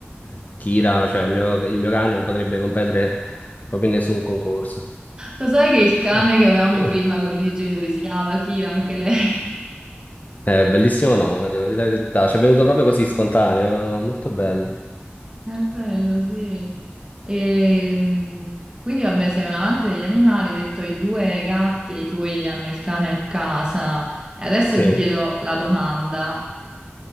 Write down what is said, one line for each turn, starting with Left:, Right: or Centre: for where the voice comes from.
Left: eh, Kira, cioè il mio, il mio cane, non potrebbe competere proprio in nessun concorso.
Right: Lo sai che il cane
Left: <laughs>
Right: che avevamo prima con i miei genitori si chiamava Kira, anche lei?
Left: È bellissimo nome, devo dire la verità. Ci è venuto proprio così spontaneo, molto bello.
Right: <laughs> È bello, sì. Ehm, quindi vabbè, sei un amante degli animali, hai detto i due gatti e i tuoi hanno il cane a casa. E adesso
Left: Sì,
Right: ti chiedo la domanda,